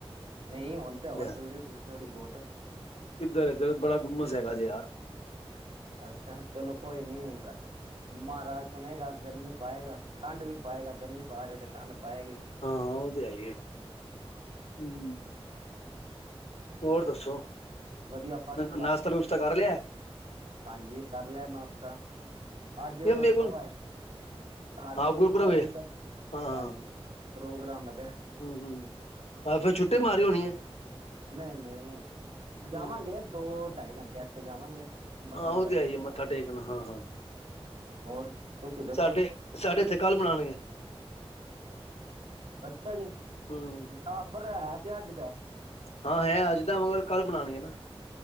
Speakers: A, on the right; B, on the left.
A: ਨਹੀਂ, ਹੁਣ
B: ਹੂੰ
A: ਤੇ ਹਵਾ ਚੱਲਦੀ ਪਾਈ ਥੋੜ੍ਹੀ ਬਹੁਤ।
B: ਕਿੱਧਰ, ਏਧਰ ਬੜਾ ਗੁੰਮਸ ਹੈਗਾ ਜੇ ਯਾਰ।
A: ਅੱਛਾ, ਚਲੋ ਕੋਈ ਨੀ। ਮਹਾਰਾਜ ਸੁਣੇਗਾ, ਗਰਮੀ- ਪਾਏਗਾ ਠੰਡ ਵੀ ਪਾਏਗਾ। ਗਰਮੀ ਪਾ ਰਹਿਆ ਤੇ ਠੰਡ! ਪਾਏਗੀ
B: ਹਾਂ ਔ ਤੇ ਹੈ ਈ ਏ, ਹੂੰ। ਹੋਰ ਦੱਸੋ,
A: ਵਧੀਆ ਫਸਟ ਕਲਾਸ
B: ਨਾਸ਼ਤਾ-ਨੁਸ਼ਤਾ ਕਰ ਲਿਆ ਹੈ।
A: ਹਾਂਜੀ ਕਰ ਲਿਆ ਨਾਸ਼ਤਾ, ਅੱਜ ਓਹ
B: ਯਾਰ ਮੇਰੇ ਕੋਲ
A: ਹੈ! ਹਰਗੋਬਿੰਦ
B: ਹਾਂ ਗੁਰਪੁਰਬ
A: ਸਾਹਿਬ
B: ਏ
A: ਜੀ ਦਾ,
B: ਹਾਂ
A: ਹਾਂਜੀ
B: ਹਾਂ
A: ਪ੍ਰੋਗਰਾਮ ਹੈ।
B: ਹੂੰ- ਹੂੰ, ਅੱਜ ਫਿਰ ਛੁੱਟੀ ਮਾਰੀ ਹੋਣੀ ਏ?
A: ਨਹੀਂ ਨਹੀਂ, ਜਾਵਾਂਗੇ।
B: ਹੂੰ
A: ਦੋ ਢਾਈ ਘੰਟੇ ਵਾਸਤੇ ਜਾਵਾਂਗੇ‌। ਮੱਥਾ
B: ਹਾਂ
A: -ਮੁੱਥਾ
B: ਉਹ ਤੇ
A: ਟੇਕ
B: ਆਈ
A: ਆਣਾ।
B: ਮੱਥਾ ਟੇਕਣਾ ਹਾਂ ਹਾਂ
A: ਹੋਰ? ਤੁਸੀਂ ਦੱਸੋ
B: ਸਾਡੇ- ਸਾਡੇ ਐਥੇ ਕੱਲ ਮਣਾਣਗੇ।
A: ਅੱਛਾ ਜੀ,
B: ਹੂੰ
A: ਆ ਪਰ ਹੈ ਤੇ ਅੱਜ ਦੈ।
B: ਹਾਂ ਹੈ ਅੱਜ ਦਾ, ਮਗਰ ਕੱਲ੍ਹ ਬਣਾਣਗੇ ਨਾਂ।